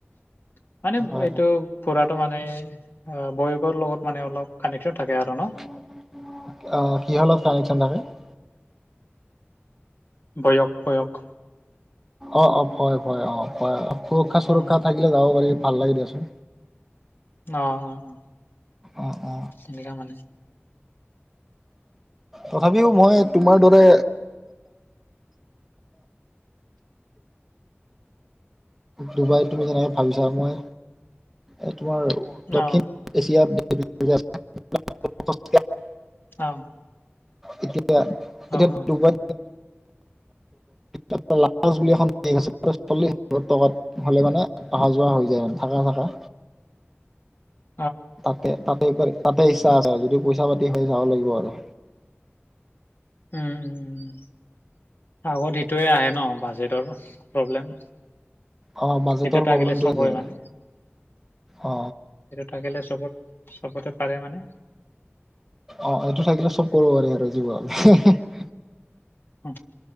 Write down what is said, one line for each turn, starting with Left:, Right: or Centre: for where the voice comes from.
Left: <inaudible> মানে
Centre: হয়
Left: এইটো ফুৰাতো মানে এ বয়সৰ লগত মানে অলপ কানেকশ্বন থাকে আৰু ন। <unintelligible>
Centre: অ! কিহৰ লগত কানেকশ্বন থাকে?
Left: বয়স-বয়স <unintelligible>
Centre: অ অ হয় হয় অ হয় সুৰক্ষা
Left: উম,
Centre: চুৰক্ষা থাকিলে যাব পাৰি ভাল লাগে দিয়াচোন।
Left: অ অ অ
Centre: অ অ
Left: এনেকা মানে
Centre: তথাপিও মই তোমাৰ দৰে ডুবাইত তুমি যেনেকে ভাবিছা মই এই তোমাৰ
Left: অ'
Centre: দক্ষিণ এছিয়াৰ দেশ
Left: অ
Centre: এতিয়া এতিয়া
Left: অ' অ'
Centre: ডুবাই চল্লিশ হাজাৰ টকাত হ'লে মানে অহা যোৱা হৈ যায় থাকা থাকা
Left: <inaudible>
Centre: তাতে তাতেবাৰ তাতে ইচ্ছা আছে আৰু যদি পইচা পাতি হৈ যাব লাগিব আৰু
Left: উম উ আগত সেইটোৱে আহে ন বাজেটৰ প্ৰব্লেম
Centre: অ বাজেটৰ
Left: সেইটো থাকিলে
Centre: প্ৰব্লেমটো
Left: চব
Centre: হৈ
Left: হয়
Centre: যায় আৰু
Left: মানে
Centre: অ
Left: সেইটো থাকিলে চবত চবতে পাৰে মানে
Centre: অ এইটো থাকিলে চব কৰিব পাৰি আৰু জিৱনত।
Left: উ